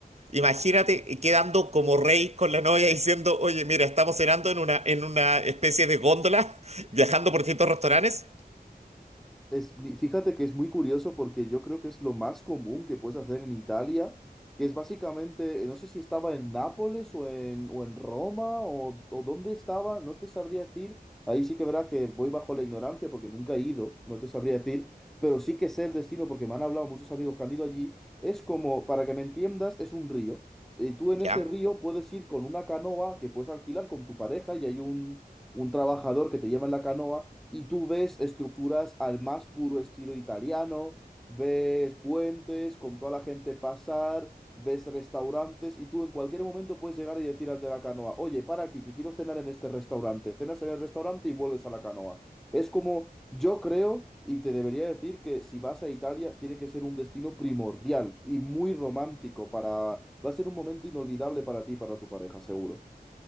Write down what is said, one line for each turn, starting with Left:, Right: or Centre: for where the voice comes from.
Right: imagínate eh, quedando como rey con la novia diciendo, oye, mira, estamos cenando en una, en una especie de góndola, <laughs> viajando por distintos restaurantes.
Centre: Es, mi- fíjate que es muy curioso porque yo creo que es lo más común que puedes hacer en Italia, que es básicamente, eh, no sé si estaba en Nápoles o en, o en Roma o, o dónde estaba, no te sabría decir. Ahí sí que verás que voy bajo la ignorancia porque nunca he ido, no te sabría decir, pero sí que sé el destino porque me han hablado muchos amigos que han ido allí. Es como, para que me entiendas, es un río. Y tú en ese
Right: Ya.
Centre: río puedes ir con una canoa que puedes alquilar con tu pareja y hay un, un trabajador que te lleva en la canoa y tú ves estructuras al más puro estilo italiano, ves puentes con toda la gente pasar, ves restaurantes y tú en cualquier momento puedes llegar y decir al de la canoa, oye, para aquí, que quiero cenar en este restaurante, cenas en el restaurante y vuelves a la canoa. Es como, yo creo, y te debería decir que si vas a Italia, tiene que ser un destino primordial y muy romántico para... Va a ser un momento inolvidable para ti y para tu pareja, seguro.